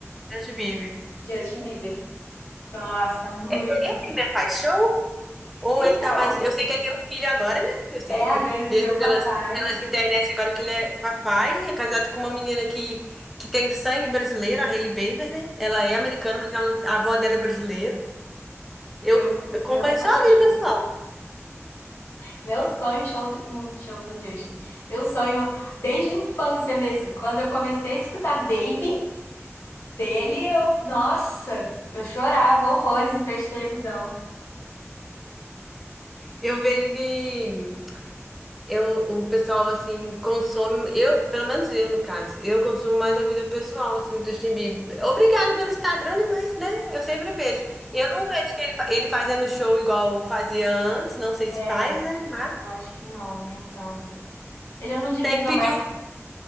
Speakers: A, in the centre; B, on the left (about 65°).
A: Justin Bieber.
B: Justin Bieber. Nossa, muito.
A: Ele, ele ainda faz show? Ou
B: Então,
A: ele tá mais. Eu sei que ele tem um filho agora, né? Eu sei.
B: é, agora
A: com-
B: ele virou
A: desde- Pelas,
B: papai.
A: pelas internet, agora que ele é papai, é casado com uma menina que, que tem sangue brasileiro, a Hailey Bieber, né? Ela é americana, mas ela- a avó dela é brasileira. Eu,
B: Eu,
A: eu acompanho
B: meu sonho
A: só a
B: no
A: vida
B: show
A: pessoal.
B: dele. Meu sonho show do, em show do Justin. Meu sonho desde a infância mesmo. Quando eu comecei a escutar Baby, dele, eu, nossa, eu chorava horrores em frente à televisão.
A: Eu vejo que. Eu, o pessoal, assim, consome. Eu, pelo menos eu, no caso, eu consumo mais a vida pessoal, assim, do Justin Bieber. Obrigada pelo Instagram, né? Mas, né? Eu sempre vejo. Eu não vejo ele, fa- ele fazendo show igual fazia antes, não sei se
B: É,
A: faz, né? Mas
B: eu acho que não, nem tanto. Ele não divulga
A: tem que pedir
B: mais,
A: o.